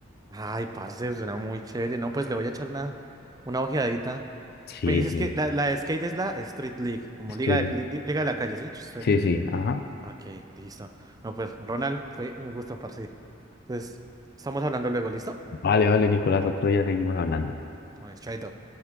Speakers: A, on the right (about 20°); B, on the left (about 50°).
A: Ay, parce, suena muy chévere. No, pues le voy a echar una, una ojeadita.
B: Sí,
A: Me dices
B: sí.
A: que la, la de skate es la Street League, como
B: Estoy-
A: liga de, li- liga de la calle, ¿sí? Street
B: Sí,
A: League.
B: sí. Ajá.
A: Ok, listo. No, pues, Ronald, fue un gusto, parce. Entonces, estamos hablando luego, ¿listo?
B: Vale, vale, Nicolás, otro día seguimos hablando.
A: Bueno, chaito.